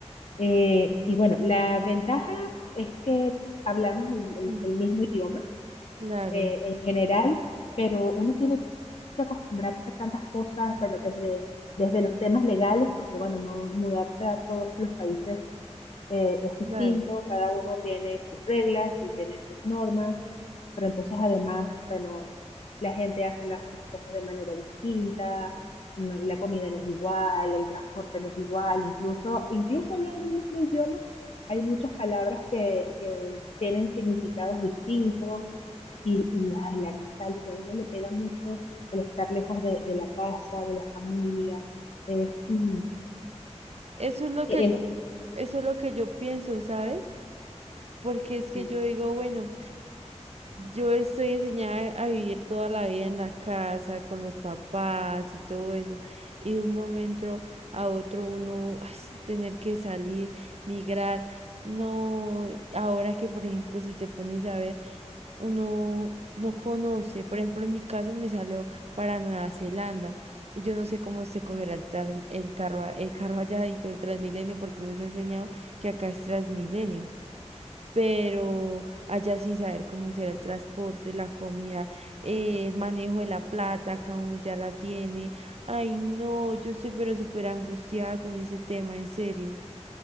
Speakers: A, on the left; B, on the right.
A: Eh, y bueno, la ventaja es que hablamos el el-
B: Mm,
A: el mismo idioma.
B: Claro,
A: eh, en general, pero uno tiene que acostumbrarse a tantas cosas, bueno, desde, desde los temas legales, porque bueno, no mudarte a todos los países eh, es distinto,
B: claro.
A: cada uno tiene sus reglas y tiene sus normas, pero entonces además, bueno, la gente hace las, las cosas de manera distinta, no- la comida no es igual, el transporte no es igual, incluso, incluso hablando el mismo idioma, hay muchas palabras que, que tienen significados distintos y, y, ay, la nostalgia, a uno le pega mucho el estar lejos de, de la casa, de la familia, es, mm,
B: Eso es lo
A: e-,
B: que yo,
A: es
B: eso es lo que yo pienso, ¿sabes? Porque es que
A: mm,
B: yo digo, bueno, yo estoy enseñada a vivir toda la vida en la casa, con los papás y todo eso. Y de un momento a otro uno ay, sí, tener que salir, migrar. No, ahora que por ejemplo, si te pones a ver, uno no conoce. Por ejemplo, en mi caso me salió para Nueva Zelanda. Yo no sé cómo se cogerá el, tran- el carro, a- el carro allá, digo, el Transmilenio, porque nos ha enseñado que acá es Transmilenio. Pero allá sin saber cómo será el transporte, la comida, eh, el manejo de la plata, cada uno ya la tiene. Ay, no, yo estoy pero súper angustiada con ese tema, en serio.